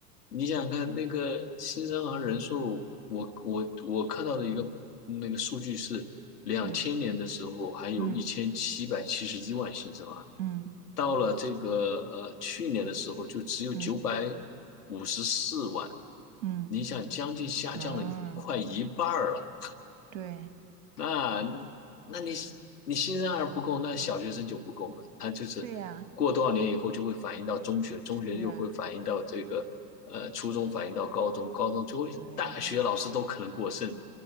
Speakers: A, on the left (about 70°); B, on the right (about 55°).
A: 你想想看，那个新生儿人数，我我我看到的一个那个数据是，两千年的时候还有一千七百七十一万新生儿，
B: 嗯嗯嗯
A: 到了这个呃去年的时候就只有九百
B: 嗯
A: 五十四万，
B: 嗯，
A: 你想将近下降了一快一半儿了。
B: 啊，对
A: 那那你你新生儿不够，那小学生就不够嘛？他就是过多少年以后就会反映到中学，
B: 对呀、
A: 中学就会反映到这个呃初中，
B: 是啊，
A: 反映到高中，高中就会大学老师都可能过剩。
B: 对。